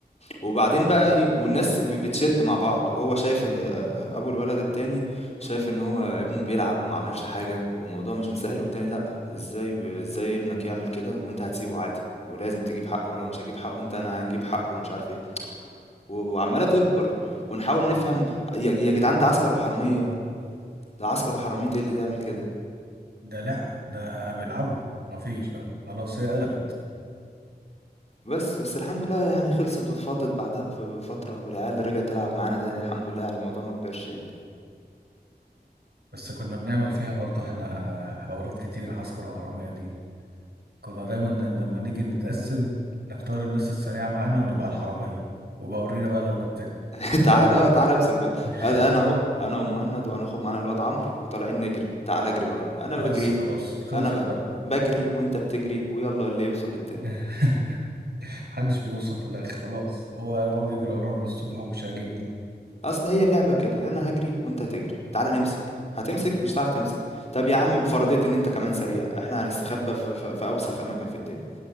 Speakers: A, on the left; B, on the right.
A: وبعدين بقى ايه والناس ب- بتشد مع بعض وهو شايف إن- آه، آه، ابو الولد التاني شايف ان هو ابنه بيلعب وما عملش حاجة والموضوع مش مسهل والتاني لا ازاي ب- ازاي ابنك يعمل كده وانت هتسيبه عادي ولازم تجيب حقه ولو مش هجيب حقه انت انا هنجيب حقه ومش عارف ايه و- وعمالة تكبر ونحاول نفهم يا يا جدعان ده عسكر وحرامية ده عسكر وحرامية ايه اللي تعمل كده
B: ده لعبة ده بيلعبوا مفيش بقى خلاص هي قلبت
A: بس، بس الحمد لله يعني خلصت واتفضت بعدها بف بفترة، والعيال رجعت تلعب معانا تاني الحمد لله يعني الموضوع ما كبرش يعني.
B: بس كنا بنعمل فيها برضه احنا حوارات كتير عسكر وحرامية دي كنا دايما لما نيجي نتقسم نختار الناس السريعة معانا ونبقى الحرامية وبورينا بقى لو جبتنا
A: <laughs> تعالَ آه، تعالَ امسك بقى،
B: <laughs>
A: أ أنا أهو، أنا ومُهند وهناخد معانا الواد عمرو وطالعين نجري، تعالَ اجري ورانا، أنا
B: بس
A: باجري
B: خلاص خلصت
A: أنا ب
B: بقى
A: باجري وأنت بتجري ويالّا اللي يوصل للتاني،
B: <laughs> محدش بيوصل في الآخر خلاص هو يقعد يجري ورانا للصبح ومش عاجبنا
A: أصل هي اللعبة كده، أنا هاجري وأنت هتجري، تعالَ نمسك، هتمسك مش هتعرف تمسك، طب يا عم بفرضية إن أنت كمان سريع، إحنا هنستخبى في في في أوسخ أماكن في الدنيا،